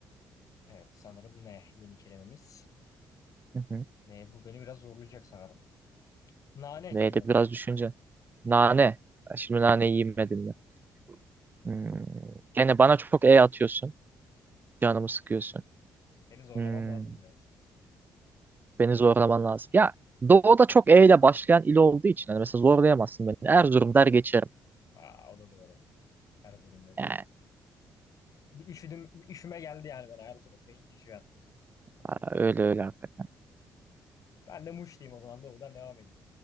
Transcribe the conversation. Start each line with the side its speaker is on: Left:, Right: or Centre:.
Left: Evet. Sanırım ne? Yeni kelimemiz.
Right: Hı hı.
Left: Ne bu beni biraz zorlayacak sanırım. Nane
Right: Neydi
Left: diyeyim o
Right: biraz
Left: zaman.
Right: düşünce. Nane. Ya Şimdi nane yemedim ben. Hmm. Gene bana çok E atıyorsun. Canımı sıkıyorsun.
Left: Seni zorlamam
Right: Hmm.
Left: lazım biraz.
Right: Beni zorlaman lazım. Ya Doğu'da çok E ile başlayan il olduğu için hani mesela zorlayamazsın beni. Erzurum der geçerim.
Left: Aa, o da doğru. Erzurum dedim.
Right: Yani
Left: Bir üşüdüm, üşüme geldi yani bana Erzurum deyince şu an.
Right: aa, öyle öyle hakikaten.
Left: Ben de Muş diyeyim o zaman doğudan devam edeyim.